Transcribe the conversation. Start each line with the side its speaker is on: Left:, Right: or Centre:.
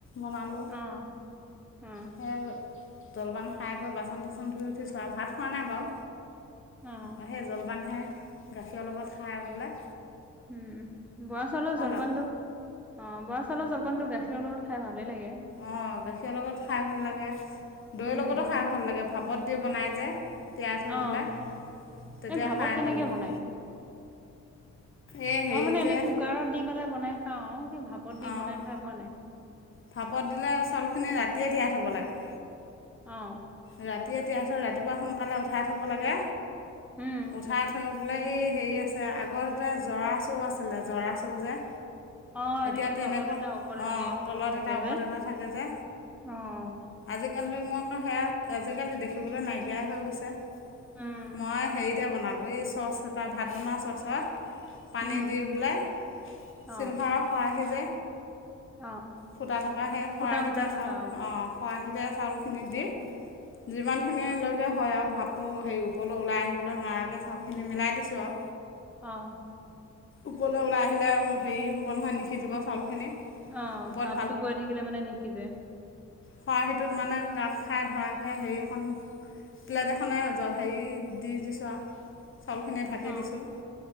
Left: বনালোঁ।
Centre: অ', অ',
Left: সে জলপান খাইকৈ বাচন চাচন ধুই উঠিছোঁ ভাত খোৱা নাই বাও।
Centre: অ',
Left: সেই জলপানহে গাখীৰৰ লগত খাই বোলে।
Centre: উম বৰা চাউলৰ জলপানটো
Left: আৰু
Centre: অ বৰা চাউলৰ জলপানটো গাখীৰৰ লগত খাই ভাল ভালো লাগে।
Left: অঁ গাখীৰৰ লগত খাই ভাল লাগে।
Centre: উম।
Left: দৈৰ লগতো খাই ভাল লাগে ভাপত দি বনাই যে তিয়াই থৈ
Centre: অ',
Left: পেলাই। তেতিয়া
Centre: এই ভাপত
Left: খাই
Centre: কেনেকে
Left: ভাল লাগে
Centre: বনায়। <inaudible>
Left: এই হেৰি
Centre: মই মানে
Left: যে
Centre: এনে কুকাৰত দি পেলাই বনাই খাওঁ, সেই ভাপত দি
Left: অঁ
Centre: বনাই খাই পোৱা নাই।
Left: ভাপত দিলে চাউলখিনি ৰাতিয়ে তিয়াই থ'ব লাগে।
Centre: অঁ।
Left: ৰাতিয়ে তিয়াই থৈ ৰাতিপুৱা সোনকালে উঠাই থ'ব লাগে,
Centre: উম,
Left: উঠাই থৈ বোলে এই হেৰি আছে আগতে জৰা চৰু আছিলে জৰা চৰু যে,
Centre: অঁ
Left: এতিয়া
Centre: এনেকে
Left: তেনেকুৱা
Centre: তলত এটা ওপৰত এনেকে
Left: অঁ
Centre: এখন
Left: তলত
Centre: অলপ থাকে
Left: এটা ওপৰত
Centre: যে,
Left: এটা থাকে যে
Centre: অঁ
Left: আজিকালি মই একো সেয়া আজিকালি দেখিবলৈ নাইকিয়াই হৈ গৈছে,
Centre: উম,
Left: মই হেৰিতে বনালোঁ। এই চচ এটা ভাত বনোৱা চচত পানী
Centre: উম,
Left: দি পেলাই
Centre: অ',
Left: চিলভাৰ
Centre: অ'।
Left: খৰাহী যে
Centre: অ
Left: ফুটা থকা সেই খৰাহিতে
Centre: ফুটা ফুটা থকা
Left: চাউল অ খৰাহিতে চাউলখিনি দি যিমানখিনি লৈ পেলা হয় আৰু ভাতটো হেৰি ওপৰলৈ ওলাই আহিবলৈ নোৱাৰাকৈ চাউলখিনি মিলাই দিছোঁ আও
Centre: অহ
Left: ওপৰলৈ ওলাই আহিলে হেৰি হ'ব নহয় নিসিজিব চাউলখিনি
Centre: অঁ
Left: ওপৰত
Centre: ভাতটো বৈ থাকিলে মানে নিসিজে।
Left: খৰাহিটোত মানে কাপ খাই ধৰা। হেৰি এখন, প্লেট এখনে হেৰি দি দিছোঁ আও চাউলখিনি ঢাকি
Centre: অ
Left: দিছোঁ,